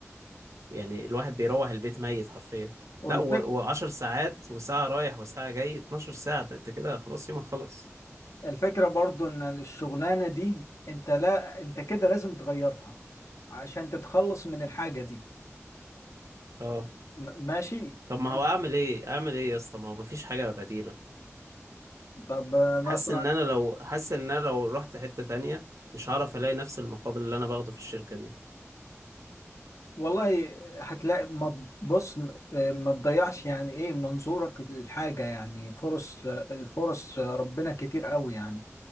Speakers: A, on the right; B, on the left.
A: يعني الواحد بيروح البيت ميت حرفيا
B: والفك
A: لا و... و10 ساعات وساعة رايح وساعة جاي 12 ساعة ده انت كده خلاص يومك خلص
B: الفكرة برضو ان الشغلانة دي انت لا انت كده لازم تغيرها عشان تتخلص من الحاجة دي
A: اه
B: م- ماشي
A: طب ما
B: انت-
A: هو اعمل ايه اعمل ايه يا اسطى ما هو مفيش حاجة بديلة
B: طب آه، مثلا
A: حاسس ان انا لو حاسس ان انا لو رحت حتة ثانية مش هعرف الاقي نفس المقابل اللي انا باخده في الشركة دي
B: والله هتلاقي ما بص آه، ما تضيعش يعني ايه منظورك للحاجة يعني فرص آه، الفرص آه، ربنا كتير قوي يعني